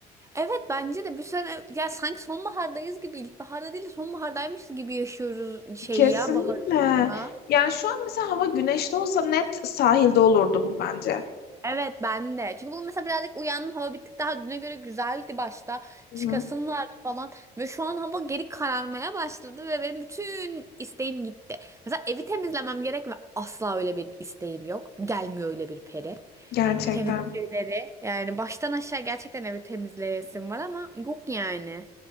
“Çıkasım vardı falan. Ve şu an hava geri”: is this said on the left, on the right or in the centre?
Right